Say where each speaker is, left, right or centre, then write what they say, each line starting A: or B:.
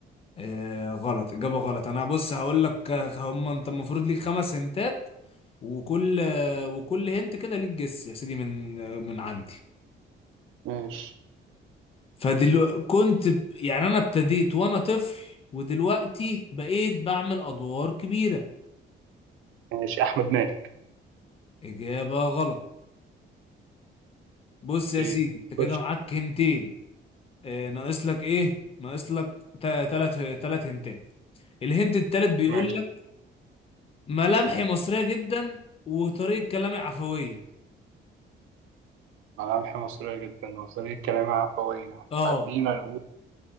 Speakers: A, on the left; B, on the right.
A: آه، غلط اجابه غلط انا بص هقول لك آه، هم انت المفروض ليك خمس هنتات وكل آه، وكل هنت كده ليك جس يا سيدي من آه، من عندي
B: ماشي
A: فدلو كنت ب- يعني انا ابتديت وانا طفل ودلوقتي بقيت بعمل ادوار كبيره
B: ماشي احمد مالك
A: اجابه غلط بص
B: اوكي
A: يا سيدي انت
B: خش
A: كده معاك هنتين آه، ناقص لك ايه ناقص لك تا- تلات تلات هنتات الهنت التالت بيقول
B: ماشي
A: ملامحي مصرية جدا وطريقة كلامي عفوية
B: ملامح مصريه جدا وطريقه كلامها عفويه
A: اه
B: خلينا نقول